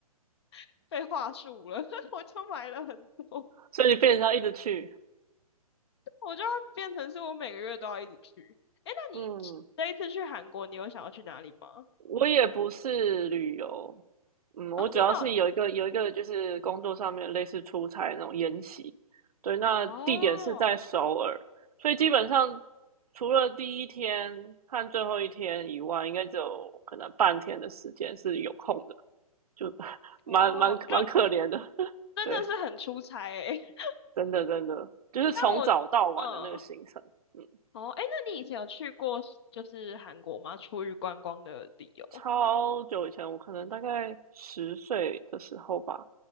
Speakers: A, on the left; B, on the right.
A: <laughs> 被话术了，<laughs> 我就买了很多，
B: 所以你变成要一直去，
A: 我就要变成是我每个月都要一直去。诶，那你这一次去韩国，
B: 嗯。
A: 你有想要去哪里吗？
B: 我也不是旅游，嗯，我主要是有一个有一个就是工作上面类似出差那种研习，
A: 啊，真的
B: 对，那地点是在首尔，
A: 哦，哦
B: 所以基本上除了第一天和最后一天以外，应该只有可能半天的时间是有空的，就 <laughs> 蛮蛮蛮可怜的，
A: 哦就
B: <laughs>
A: 真的是很出差诶。
B: 对，
A: <laughs>
B: 真的真的就是从早到晚的那个行程，
A: 但我，嗯，
B: 嗯，
A: 哦，诶，那你以前有去过就是韩国吗？出于观光的理由？
B: 超久以前，我可能大概十岁的时候吧，